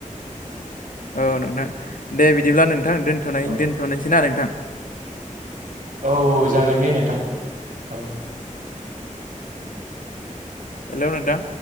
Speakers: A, on the left; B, on the right.
A: औ नोंथां दे बिदिब्ला नोंथां दोनथनाय
B: औ
A: दोन्थनोसै ना नोंथां?
B: औ औ जागोन दे नोंथां औ
A: हेलौ नोंथां